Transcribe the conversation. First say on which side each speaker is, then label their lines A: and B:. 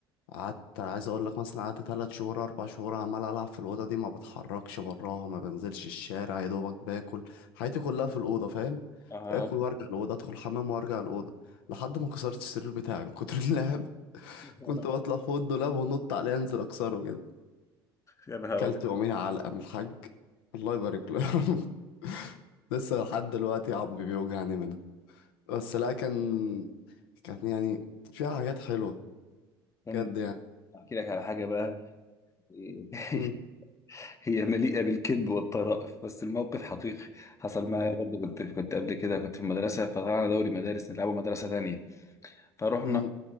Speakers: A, on the left (about 70°); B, on the left (about 25°).
A: قعدت عايز اقول لك مثلا قعدت تلات شهور اربع شهور عمال العب في الاوضه دي ما بتحركش براها ما بنزلش الشارع يا دوبك باكل حياتي كلها في الاوضه فاهم
B: اه
A: اكل وارجع الاوضه ادخل الحمام وارجع الاوضه لحد ما كسرت السرير بتاعي من كتر اللعب <laughs>
B: <laughs>
A: كنت بطلع فوق الدولاب ونط عليه انزل اكسره كده
B: يا نهار
A: كلت
B: ابيض
A: يوميها علقه من الحاج الله يبارك له <laughs> لسه لحد دلوقتي عظمي بيوجعني منها بس لا كان كان يعني فيها حاجات حلوه
B: كان
A: بجد يعني
B: احكي لك على حاجه بقى <laughs>
A: مم.
B: هي مليئه بالكذب والطرائف بس الموقف حقيقي حصل معايا برضه كنت كنت قبل كده كنت في المدرسه فطلعنا دوري مدارس نلعبه مدرسه تانية فروحنا
A: مم.